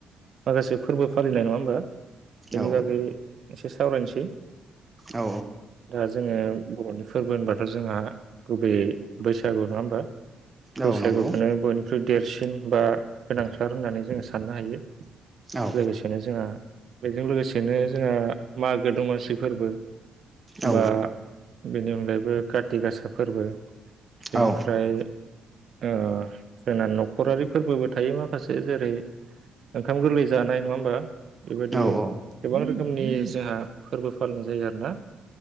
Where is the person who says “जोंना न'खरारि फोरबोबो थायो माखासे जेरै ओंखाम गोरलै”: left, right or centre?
Right